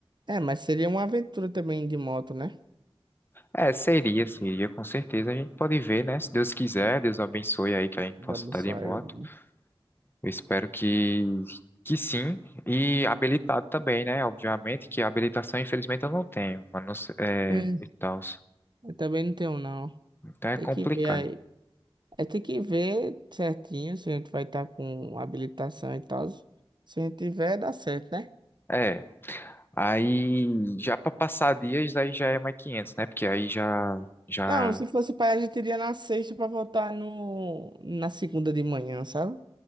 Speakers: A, on the right; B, on the left.
A: É, mas seria uma aventura também de moto, né?
B: É, seria, seria, com certeza. A gente pode ver, né? Se Deus quiser, Deus abençoe aí que a gente
A: Já
B: possa
A: pensou
B: estar de
A: aí.
B: moto. Eu espero que, que sim. E habilitado também, né? Obviamente que a habilitação, infelizmente, eu não tenho. Mas não sei- é,
A: É,
B: e tal.
A: eu também não tenho, não.
B: Então é
A: Tem
B: complicado.
A: que ver aí. É ter que ver certinho se a gente vai estar com habilitação e tal. Se a gente tiver, dá certo, né?
B: É. Aí, já para passar dias, aí já é mais 500 né? Porque aí já, já
A: Não, se fosse pai, a gente iria na sexta pra voltar no, na segunda de manhã, sabe?